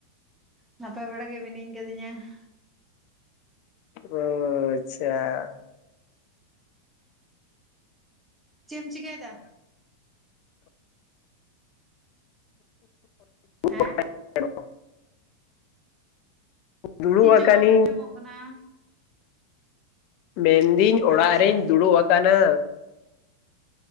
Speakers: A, in the centre; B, on the left.
A: ᱱᱟᱯᱟᱭ ᱵᱟᱲᱟ ᱜᱮ ᱢᱤᱱᱟᱹᱧ ᱠᱟᱫᱤᱧᱟ ᱾
B: ᱚ ᱟᱪᱪᱷᱟ
A: ᱪᱮᱢ ᱮᱢ ᱪᱤᱠᱟᱭᱫᱟ?
B: <unintelligible>
A: ᱦᱮᱸ
B: ᱫᱩᱲᱩᱵ
A: ᱪᱮᱫ ᱪᱚ
B: ᱟᱠᱟᱱᱤᱧ
A: ᱵᱟᱝ ᱟᱸᱡᱚᱢᱚᱜ ᱠᱟᱱᱟ
B: ᱢᱮᱱᱫᱤᱧ ᱚᱲᱟᱜ
A: ᱟᱪᱪᱷᱟ
B: ᱨᱤᱧ ᱫᱩᱲᱩᱵ ᱟᱠᱟᱱᱟ᱾